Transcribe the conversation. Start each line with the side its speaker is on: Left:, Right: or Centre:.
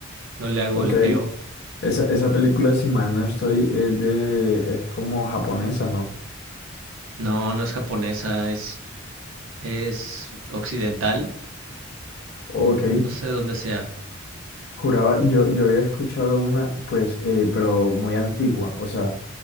Right: no le hago
Left: Ok,
Right: el feo.
Left: esa, esa película, si mal no estoy, es de, es como japonesa, ¿no?
Right: No, no es japonesa, es, es occidental.
Left: Ok.
Right: mm, No sé dónde sea.
Left: Juraba, yo, yo había escuchado una, pues, eh, pero muy antigua, o sea,